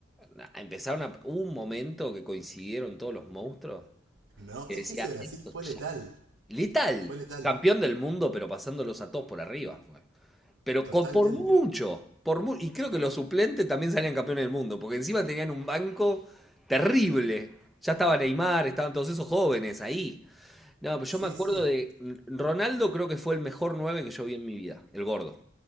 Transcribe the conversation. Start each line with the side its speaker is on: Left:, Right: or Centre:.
Centre: Na- Empezaron a, hubo un momento que coincidieron todos los monstruos
Right: No,
Centre: que
Right: es
Centre: decía,
Right: que ese Brasil
Centre: esto
Right: fue
Centre: ya.
Right: letal.
Centre: Letal,
Right: Fue letal.
Centre: campeón del mundo, pero pasándolos a todos por arriba, fue. Pero
Right: Totalmente.
Centre: con- por mucho, por mu- y creo que los suplentes también salían campeones del mundo, porque encima tenían un banco terrible. Ya estaba Neymar, estaban todos esos jóvenes ahí. No, pero
Right: Sí,
Centre: yo me acuerdo
Right: sí.
Centre: de mm, Ronaldo, creo que fue el mejor 9 que yo vi en mi vida, el gordo,